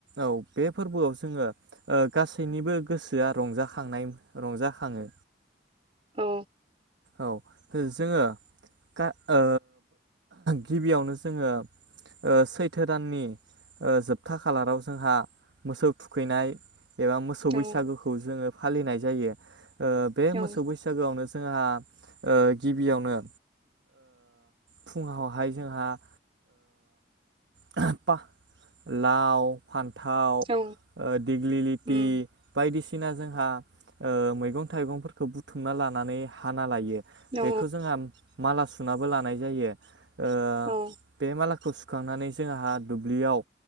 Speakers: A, on the right; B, on the right.
A: औ बे फोरबोआव जोङो ओ गासैनिबो गोसोआ रंजाखांनाय- रंजाखाङो
B: औ।
A: औ जोङो गा- ओ गिबियावनो जोङो। ओ सैथो दाननि। ओ जोबथा खालाराव जोंहा। मोसौ थुखैनाय एबा मोसौ बैसागुखौ
B: औ
A: जोङो फालिनाय जायो। ओ बे
B: औ
A: मोसौ बैसागोआवनो जोडो जोंहा अ गिबियावनो अ फुङावहाय जोंहा अ <unintelligible> लाव फान थाव ओ
B: औ
A: दिग्लिलिथि
B: उम
A: बायदिसिना -दिना जोंहा अ मैगं थाइगंफोरखौ बुथुमना लानानै हाना लायो।
B: औ
A: बेखौ जोंहा माला सुनाबो लानाय जायो। ओ
B: औ
A: बे माला <unintelligible> सुखांनानै जों आंहा दुब्लियाव